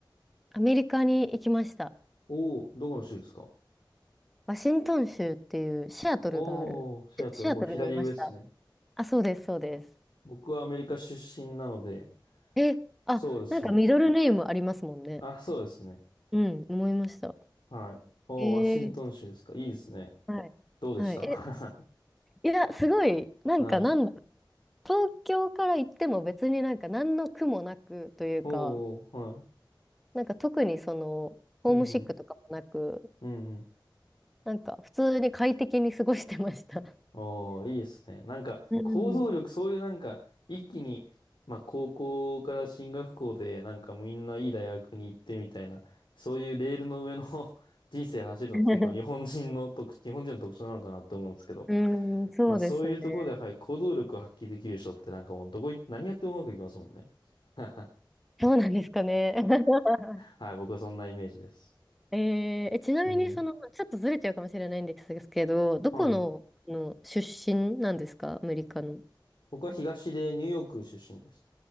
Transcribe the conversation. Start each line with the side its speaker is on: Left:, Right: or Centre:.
Centre: アメリカに行きました。
Left: おー、どこの州ですか
Centre: ワシントン州っていうシアトルがある。
Left: おー、シアトル、
Centre: シシアトルにいました。
Left: もう左上ですね。
Centre: あ、そうです、そうです。
Left: 僕はアメリカ出身なので、
Centre: えあ、
Left: そうですね。
Centre: なんかミドルネームありますもんね。
Left: あ、そうですね。
Centre: うん、思いました。
Left: はい。おー、
Centre: えー、
Left: ワシントン州ですかいいですね。
Centre: はい。
Left: どうでした
Centre: はい。え、
Left: <laughs>
Centre: いや、すごい、なんかなんだ、
Left: はい。
Centre: 東京から行っても別になんか何の苦もなくというか、
Left: おー、はい。
Centre: なんか特にその、ホームシックとかもなく、
Left: うんうん。うんうん。
Centre: なんか普通に快適に過ごしてました。
Left: おー、いいですね。なんか、
Centre: うん。
Left: 行動力、そういうなんか、一気に、まあ、高校から進学校で、なんかもうみんないい大学に行ってみたいな、そういうレールの上の <laughs> 人生走るのって結構日本人の特、
Centre: <laughs>
Left: 日本人の特徴なのかなって思うんですけど、
Centre: うーん、そうですね。
Left: まあ、そういうところで、はい、行動力を発揮できる人ってなんかもうどこい、何やってもうまくいきますもんね。<laughs>
Centre: そうなんですかね。<laughs>
Left: はい、僕はそんなイメージです。
Centre: えー、え、ちなみにその、
Left: うん。
Centre: ちょっとずれちゃうかもしれないんですけど、どこの、
Left: はいはい。
Centre: あの出身なんですかアメリカの。
Left: 僕は東でニューヨーク出身です。